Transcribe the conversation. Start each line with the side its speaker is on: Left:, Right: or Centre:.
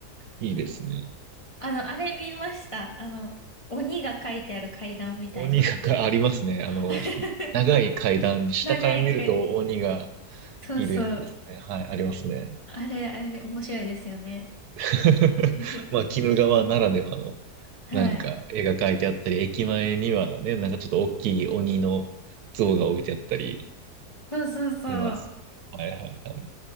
Right: いいですね。
Left: あの、あれ見ました。あの、鬼が書いてある階段みたいな。
Right: 鬼が <laughs> ありますね。あの、
Left: <laughs>
Right: 長い階段に下から見ると鬼が
Left: 長いく、そうそう。
Right: いるやつですね。はい、ありますね。
Left: あれ、あれで面白いですよね。
Right: <laughs>
Left: <laughs>
Right: まあ、鬼怒川ならではの、
Left: はい。
Right: なんか、絵が描いてあったり、駅前にはね、なんかちょっと大きい鬼の像が置いてあったり
Left: そうそうそう。
Right: します。はいはいはい。